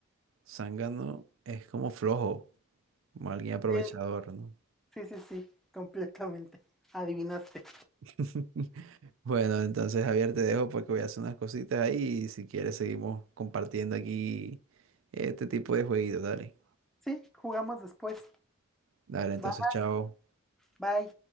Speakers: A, on the right; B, in the centre.
A: Zángano es como flojo, como alguien aprovechador,
B: Sí.
A: ¿no?
B: Sí, sí, sí, completamente. Adivinaste.
A: <laughs> Bueno, entonces Javier, te dejo porque voy a hacer unas cositas ahí y si quieres seguimos compartiendo aquí este tipo de jueguitos, dale.
B: Sí, jugamos después.
A: Dale, entonces,
B: Bye.
A: chao.
B: Bye.